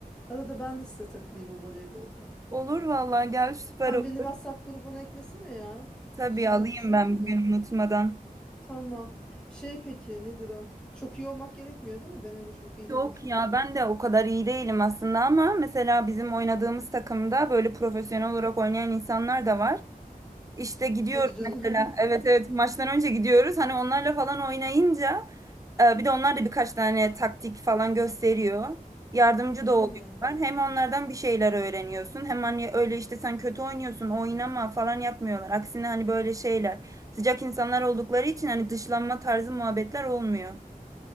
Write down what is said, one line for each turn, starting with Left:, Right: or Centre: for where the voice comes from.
Centre: arada ben de size takılayım o voleybolda.
Right: Olur vallahi gel süper
Centre: Sen
Right: olur.
Centre: beni WhatsApp grubuna eklesene ya.
Right: Tabii
Centre: Şimdi
Right: alayım
Centre: düşündüm
Right: ben bugün
Centre: de.
Right: unutmadan.
Centre: Tamam. Şey peki nedir o? Çok iyi olmak gerekmiyor değil mi? Ben öyle çok iyi
Right: Yok
Centre: değilim çünkü.
Right: ya ben de o kadar iyi değilim aslında ama mesela bizim oynadığımız takımda böyle profesyonel olarak oynayan insanlar da var. İşte gidiyoruz
Centre: Hadi canım.
Right: mesela
Centre: <laughs>
Right: evet evet maçtan önce gidiyoruz hani onlarla falan oynayınca e, bir de onlar da birkaç tane taktik falan gösteriyor. Yardımcı
Centre: Hmm.
Right: da oluyorlar. Hem onlardan bir şeyler öğreniyorsun hem hani öyle işte sen kötü oynuyorsun oynama falan yapmıyorlar. Aksine hani böyle şeyler sıcak insanlar oldukları için hani dışlanma tarzı muhabbetler olmuyor.